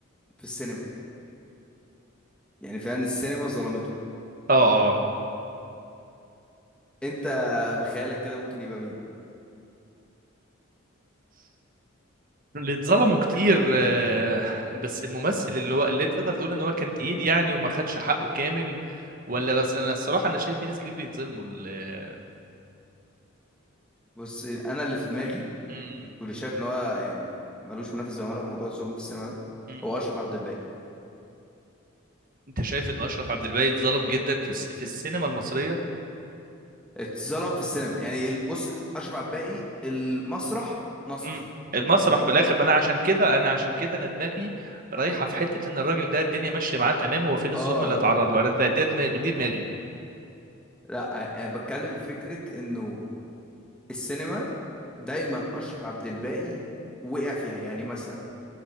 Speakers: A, in the centre; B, on the right.
A: في السينما يعني فعلا السينما ظلمته
B: اه اه
A: انت بخيالك كده ممكن يبقى مين
B: اللي اتظلموا كتير آه، بس الممثل اللي هو اللي تقدر تقول ان هو كان تقيل يعني وما خدش حقه كامل ولا بس انا الصراحه انا شايف في ناس كتير بيتظلموا ال-
A: بص انا اللي في دماغي
B: امم
A: واللي شايف ان هو يعني ملوش منافس بامانه في موضوع الظلم في السينما ده
B: امم
A: هو اشرف عبد الباقي
B: انت شايف ان اشرف عبد الباقي اتظلم جدا في الس- في السينما المصريه
A: اتظلم في السينما يعني ال- بص اشرف عبد الباقي المسرح نصفه
B: مم. المسرح في الاخر ما انا عشان كده انا عشان كده انا دماغي رايحه في حته ان الراجل ده الدنيا ماشيه معاه تمام هو فين الظلم
A: اه
B: اللي اتعرض له انا ده ده دماغي دي دماغي
A: لا انا بتكلم فكره انه السينما دايما اشرف عبد الباقي وقع فيها يعني مثلا